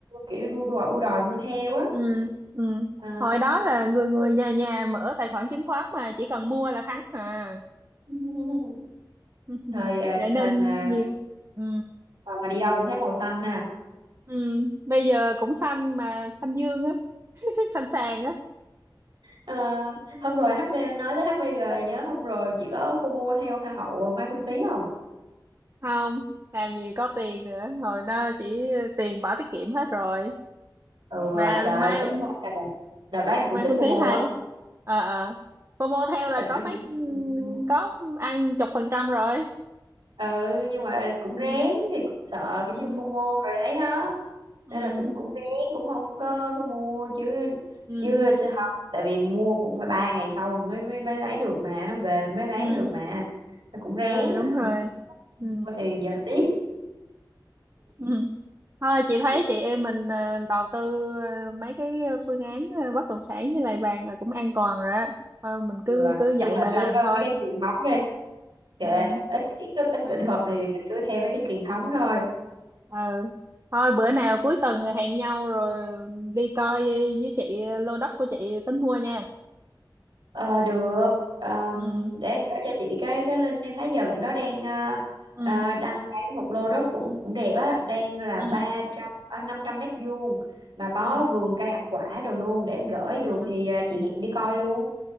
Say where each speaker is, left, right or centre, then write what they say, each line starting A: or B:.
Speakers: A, on the right; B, on the right.
A: kiểu đua đòi đua đòi mua theo á
B: ừ ừ
A: à.
B: hồi đó là người người nhà nhà mở tài khoản chứng khoán mà chỉ cần mua là thắng à
A: <laughs>
B: <laughs>
A: thời ờ,
B: vậy nên
A: thời mà
B: nhiều ừ
A: thời mà đi đâu cũng thấy màu xanh ha
B: ừ bây giờ cũng xanh mà xanh dương á <laughs> xanh sàn á
A: Ờ, hôm rồi HB nói tới HBG nhớ hôm rồi chị có FOMO theo Hoa hậu Mai Phương Thúy không?
B: không làm gì có tiền nữa hồi đó chỉ tiền bỏ tiết kiệm hết rồi
A: Ừ
B: mà
A: trời
B: mai
A: tính ra là đợt, đợt đó em cũng
B: mai
A: tính
B: Phương
A: FOMO
B: Thí hay
A: á
B: ờ ờ cô mua theo là
A: Đợt
B: có
A: đó
B: mấy
A: cũng tính
B: ừ,
A: FOMO.
B: có ăn chục phần trăm rồi
A: Ừ nhưng mà cũng
B: ừ
A: rén thì cũng sợ kiểu
B: ừ
A: như FOMO rồi ấy đó
B: ừ
A: Nên là cũng cũng rén cũng không có có mua chứ
B: ừ
A: chứ sẽ học tại vì mua cũng phải ba ngày sau mình mới mới mới lấy được mà nó về mình mới bán
B: ừ
A: được mà nó cũng rén
B: ừ đúng
A: không
B: rồi
A: mua
B: ừ
A: thì giờ tiếc
B: Ừ. Thôi chị thấy
A: <laughs>
B: chị em mình ờ, đầu tư ờ, mấy cái phương án ờ, bất động sản với lại vàng là cũng an toàn rồi á. Thôi mình
A: Ừ,
B: cứ
A: nói
B: cứ
A: chung
B: vậy
A: là
B: mà
A: cứ
B: làm
A: mấy
B: thôi.
A: cái truyền thống đi kệ
B: Ừ.
A: ít kiến thức ít
B: Ừ.
A: kỹ thuật thì mình cứ theo mấy cái truyền thống thôi
B: Ừ. Thôi bữa nào cuối tuần hẹn nhau rồi đi coi với chị lô đất của chị tính mua nha.
A: ờ được Ờm,
B: Ừ.
A: để em gửi cho chị cái cái link em thấy giờ bạn đó đang ờ,
B: Ừ.
A: ờ, đăng bán một lô đất cũng cũng đẹp á đang là
B: Ừ.
A: ba trăm uh, năm trăm mét vuông mà có
B: Ừ.
A: vườn cây ăn quả đồ luôn để em gửi được
B: Ừ.
A: thì ờ, chị hẹn đi coi luôn